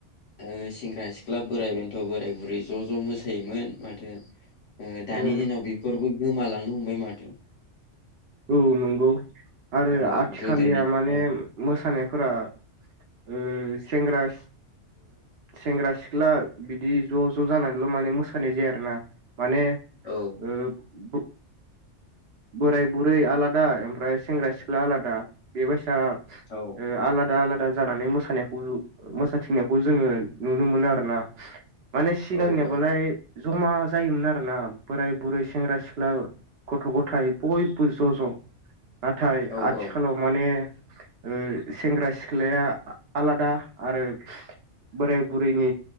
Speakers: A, on the left; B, on the right.
A: ओ सेंग्रा सिख्ला बोराइ बेन्थ बोराइ बुरै ज ज मोसायोमोन माथो ओ दानि
B: औ
A: दिनाव बेफोरबो गोमालांनो हमबाय माथो
B: औ नंगौ आरो
A: औ
B: आथिखालनिया
A: गोदोनि
B: माने
A: औ
B: मोसानायफोरा ओ सेंग्रा सेंग्रा सिख्ला बिदि ज ज जानानैल' माने मोसानाय जाया आरो ना माने
A: औ
B: ओ बोराय बुरै आलादा ओमफ्राय सेंग्रा सिख्ला आलादा बेबायसा
A: औ
B: ओ आलादा आलादा जानानै मोस मोसानायखौ मोसाथिनायखौ जोङो नुनो मोनो आरो ना माने सिगांनियाबालाय
A: औ औ
B: जमा जायोमोन आरोना बोराय बुरै सेंग्रा सिख्ला गथ गथाय बयबो ज ज नाथाय
A: औ
B: आथिखालाव
A: औ
B: माने ओ सेंग्रा सिख्लाया आलादा आरो बोराय बुरैनि